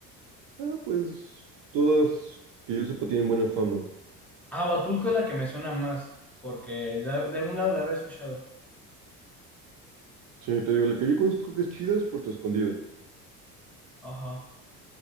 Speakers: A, on the right; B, in the centre.
A: Ah, pues todas que yo sepa tienen buena fama.
B: Ah, Huatulco es la que me suena más, porque de, de algún lado la habré escuchado.
A: Sí, te digo, la que yo conozco que es chida es Puerto Escondido.
B: Ajá.